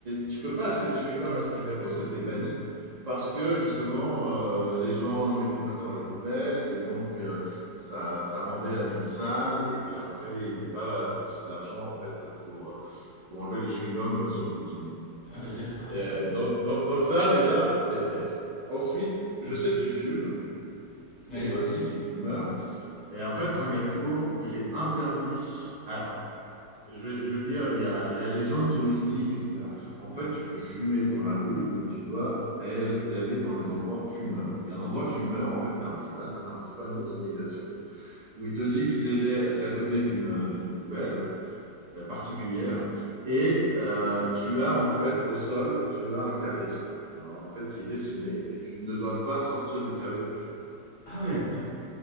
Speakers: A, on the right; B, on the left.
A: tu peux pas acheter des chewing-gums à Singapour, ça a été banni parce que justement euh, les gens mettaient pas ça dans les poubelles et donc euh, ça, ça rendait la ville sale et puis après ils voulaient pas dépenser de l'argent en fait pour, euh, pour enlever les chewing-gums sur le bitume. quoi.
B: Ah oui, d'accord.
A: Euh, donc, donc- donc ça déjà c'est vrai. Ensuite, je sais que tu fumes
B: <laughs> Ouais.
A: et moi aussi je suis fumeur et en fait Singapour il est interdit. Alors je, vais- je veux dire, il y a, il y a les zones touristiques, etc. En fait, tu peux fumer dans la rue, mais tu dois aller aller dans les endroits fumeurs. Et un endroit fumeur, en fait, tu as un petit, pan- un petit panneau de signalisation où il te dit que c'est c'est à côté d'une d'une poubelle euh, particulière. Et euh, tu as, en fait, au sol, tu as un carré, euh, en fait, qui est dessiné, et tu ne dois pas sortir du carré pour fumer.
B: Ah ouais.